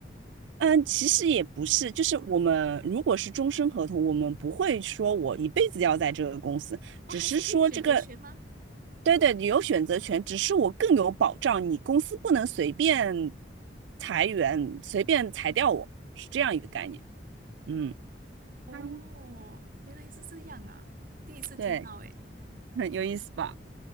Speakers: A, on the right; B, on the right.
A: 嗯，其实也不是，就是我们如果是终身合同，我们不会说我一辈子要在这个公司，
B: 哦，
A: 只是说这个，
B: 还是可以选择权吗？
A: 对对，你有选择权，只是我更有保障，你公司不能随便裁员，随便裁掉我，是这样一个概念。嗯，
B: 哦，
A: 嗯
B: 原来是这样啊，第一次听到诶，
A: 对，<laughs> 很有意思吧？